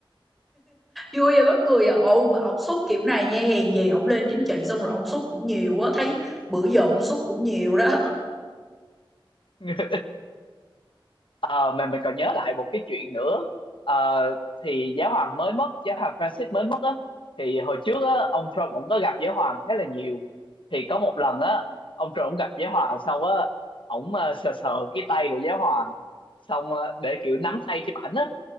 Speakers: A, in the centre; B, on the left.
A: vui và mắc cười à ồ mà ông xúc kiểu này nha hèn gì ông lên chính trị xong rồi ông xúc cũng nhiều á thấy bữa giờ ông xúc cũng nhiều đó
B: <laughs> Ờ, mà mình còn nhớ lại một cái chuyện nữa Ờ, thì giáo hoàng mới mất giáo hoàng Francis mới mất á thì hồi trước á ông Trump cũng có gặp giáo hoàng khá là nhiều thì có một lần á ông Trump cũng gặp giáo hoàng xong á ổng ờ, sờ sờ cái tay của giáo hoàng xong ờ, để kiểu nắm tay chụp ảnh á